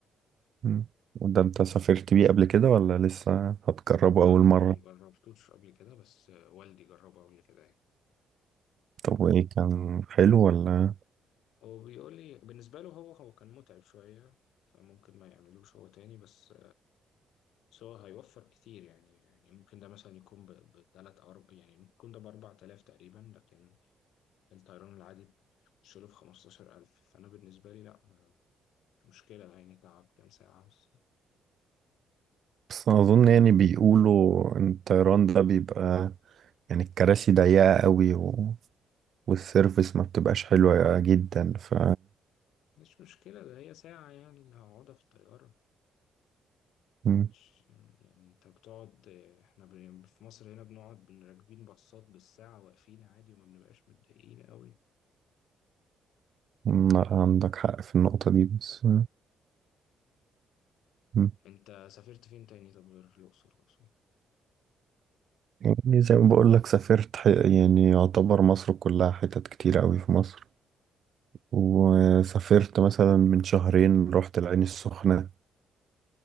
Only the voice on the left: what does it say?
لا
ما جربتوش قبل كده بس والدي جربه قبل كده يعني.
هو بيقول لي بالنسبة له هو هو كان متعب شوية فممكن ما يعملوش هو تاني بس بس هو هيوفر كتير يعني يعني ممكن ده مثلا يكون بثلاث أو أربع يعني ممكن يكون ده بأربع آلاف تقريبا لكن الطيران العادي بتشيله في خمستاشر ألف فأنا بالنسبة لي لأ مش مشكلة ده يعني تعب كام ساعة بس
مش مشكلة ده هي ساعة يعني اللي هقعدها في الطيارة
مش يعني أنت بتقعد إحنا ب- في مصر هنا بنقعد راكبين باصات بالساعة واقفين عادي وما بنبقاش متضايقين قوي
انت سافرت فين تاني طب غير الاقصر واسوان